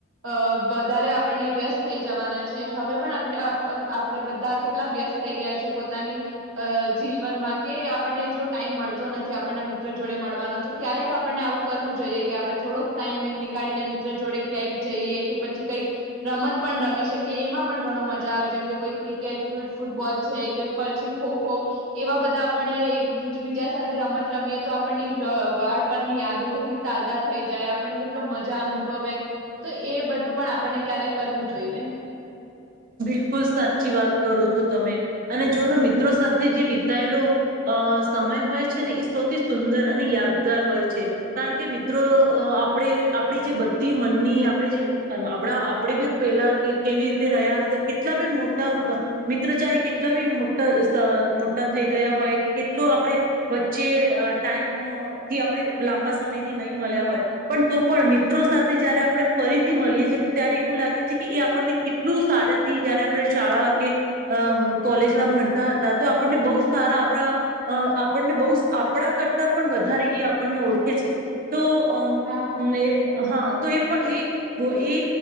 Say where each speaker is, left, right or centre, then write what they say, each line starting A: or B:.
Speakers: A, on the right (about 80°); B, on the right (about 45°).
A: અ વધારે આપણને વ્યસ્ત થઈ જવાના. હવે પણ આ આપે બધા કેટલા વ્યસ્ત થઈ ગયા છે પોતાની અ જીવનમાં કે આપણને એટલો ટાઈમ મળતો નથી આપણના મિત્ર જોડે મળવાનો તો ક્યારેક આપણને આવું કરવું જોઈએ કે આપણે થોડોક ટાઈમ નીકાળીને મિત્ર જોડે ક્યાંક જઈએ કે પછી કંઈક રમત પણ રમી શકે કે એમાં પણ ઘણો મજા આવે જેમ કે કોઈ ક્રિકેટ, ફૂટબોલ છે કે પછી ખોખો એવા બધા આપણે એક બીજા સાથે રમત રમીએ તો અ આપણની બાળપણની યાદો કેટલી તાજા થઈ જાય આપણને કેટલો મજા અનુભવે. તો એ બધું પણ આપણને ક્યારેક કરવું જોઈએ.
B: બિલકુલ સાચી વાત કરો છો તમે અને જોનો મિત્રો સાથે જે વિતાયેલો અ સમય હોય છે ને ઈ સૌથી સુંદર અને યાદગાર હોય છે કારણ કે મિત્રો અ આપણે આપડી જે બધી મનની આપણે જે આપણા આપણે બી પેલા કેવી રીતે રહ્યા કેટલા બી મોટા મિત્ર અ ચાહે કેટલા બી મોટા સ મોટા થઈ ગયા હોય કે કેટલો આપણે વચ્ચે અ ટાઈમથી આપણે લાંબા સમયથી નહીં મળ્યા હોય પણ તો પણ મિત્રો સાથે જયારે આપણે ફરીથી મળીએ છીએ ત્યારે એવું લાગે છે કે એ આપણને કેટલું સાર થી જયારે આપણે શાળા કે અ કોલેજમાં ભણતા હતા તો આપણને બહુ સારા આપણા આપણને બ આપણા કરતા પણ વધારે એ આપણને ઓળખે છે તો અ
A: હા.
B: એ હા. તો એ પણ એ